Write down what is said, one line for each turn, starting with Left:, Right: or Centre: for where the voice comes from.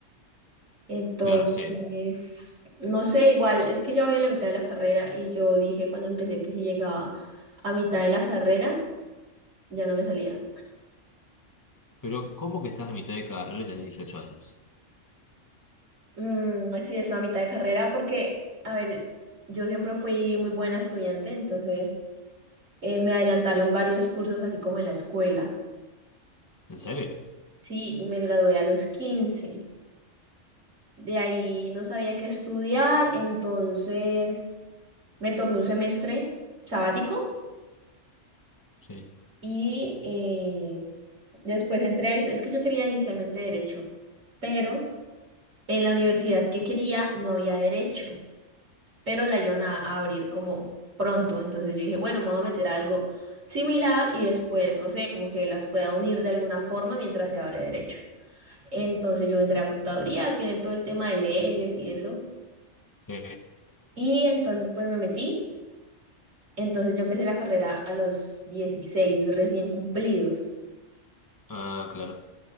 Right: Entonces,
Left: Claro, sí.
Right: no sé, igual, es que ya voy a la mitad de la carrera y yo dije cuando empecé que si llegaba a mitad de la carrera, ya no me salía.
Left: Pero ¿cómo que estás a mitad de carrera y tenés 18 años?
Right: Mm, sí, eso a mitad de carrera porque, a ver, yo siempre fui muy buena estudiante, entonces eh, me adelantaron varios cursos así como en la escuela.
Left: ¿En
Right: Y-
Left: serio?
Right: Sí, y me gradué a los quince De ahí no sabía qué estudiar, entonces... Me tomé un semestre sabático
Left: Sí,
Right: y eh, después entré a esto. Es que yo quería inicialmente derecho, pero en la universidad que quería no había derecho, pero la iban a, a abrir como pronto. Entonces yo dije, bueno, me voy a meter a algo similar y después, no sé, como que las pueda unir de alguna forma mientras se abre derecho. Entonces yo entré a contaduría, tiene todo el tema de leyes y eso.
Left: sí.
Right: Y entonces pues me metí. Entonces yo empecé la carrera a los 16 recién cumplidos.
Left: Ah, claro.